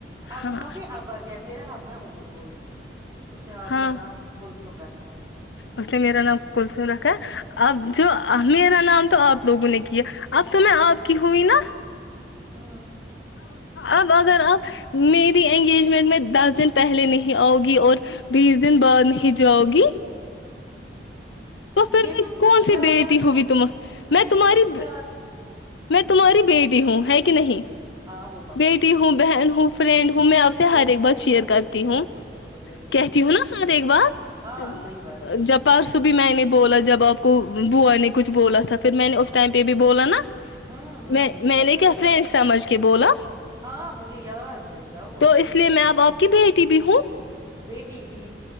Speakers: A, on the right (about 20°); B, on the left (about 80°).
A: اب
B: ہاں
A: ہم بھی ابا کہتے ہے اب میں ابو بولتی ہوں اس نے آپ
B: ہاں
A: کا نام کلسم رکھ کھا ہے
B: اس نے میرا نام کلسم رکھا ہے اب جو میرا نام تو آپ لوگوں نے کیا ہے اب تو میں آپ کی ہوی نا
A: ہاں
B: اب اگر اپ میری انگیجمنٹ میں دس دن پہلے نہیں آؤگی اور بیس دن بعد نہیں جاؤ گی تو پھر
A: یہ
B: میں
A: تم کچھ
B: کون سی
A: زیادہ
B: بیٹی
A: نہیں
B: ہوی
A: پ-
B: تم میں
A: یہ
B: تمہاری
A: تم کچھ زیادہ
B: میں تمہاری بیٹی ہوں ہے کہ کہ نہیں
A: ہاں وہ بات
B: بیٹی
A: تو ہے
B: ہوں
A: بیٹی
B: بہن ہوں فرینڈ ہوں میں آپ سے ہر
A: بالکل
B: ایک بات
A: بالکل
B: شیئر کرتی
A: بالکل
B: ہوں
A: بالکل بالکل بالکل
B: کہتی ہوں نا ہر ایک بات
A: ہاں صحیح بات ہے
B: جب پرسوں میں نے بولا جب آپ کو بوا نے کچھ بولا تھا پھر میں نے اس ٹائم پہ بھی بولا نا
A: ہوں ہوں
B: میں
A: مجھے
B: میں
A: پتا
B: نے کیا
A: ہے یاد
B: فرینڈ سمجھ کے بولا
A: ہاں مجھے یاد ہے کیا ہوا
B: تو
A: پاگل
B: اس لیے میں اب آپ کی بیٹی تی بھی ہوں
A: بیٹی بھی